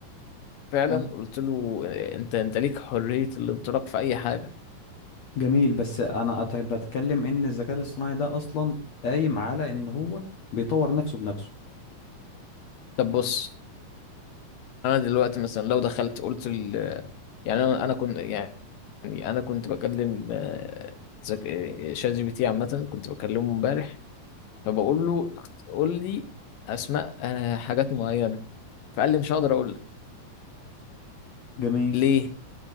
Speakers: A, on the left; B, on the left.
A: فعلا
B: كان
A: قلت له آه، انت انت ليك حرية الانطلاق في اي حاجة
B: جميل بس انا أت- بتكلم ان الذكاء الاصطناعي ده اصلا قايم على ان هو بيطور نفسه بنفسه
A: طب بص انا دلوقتي مثلا لو دخلت قلت ال... يعني انا انا كنت يعني انا كنت بكلم آه، ذك... آه، شات جي بي تي عامة كنت بكلمه امبارح فبقول له قول لي اسماء آه، حاجات معينة فقال لي مش هقدر اقول لك
B: جميل
A: ليه